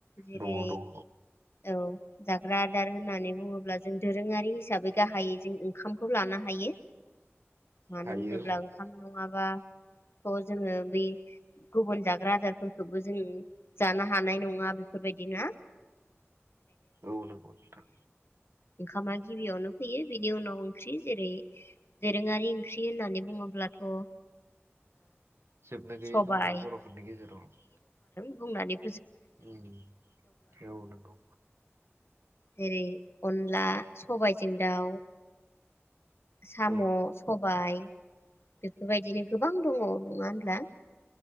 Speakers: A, on the left; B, on the right.
A: जेरै
B: दङ दङ।
A: औ जाग्रा आदार होननानै बुङोब्ला जों दोरोङारि हिसाबै गाहायै जों ओंखाम खौ लानो हायो मानो
B: हायो
A: होनोब्ला
B: औ
A: ओंखाम माबा अ जोङो बै गुबुन जाग्रा आदारफोरखोबो जो जों जानो हानाय नङा बेफोरबायदिना।
B: औ नोंगौ नोंथां।
A: ओंखामा गिबियावनो फैयो बिनि उनाव ओंख्रि जेरै दोरोङारि ओंख्रि होननानै बुङोब्लाथ थ ओ
B: जोबनो गैयै
A: सबाय
B: दंना बर'फोरनि गेजेराव
A: बुंनानैब
B: उम औ नोंगौ।
A: जेरै अनला सबायजों दाउ साम',
B: औ
A: सबाय बेफोरबायदिनो गोबां दं नङा होनबा।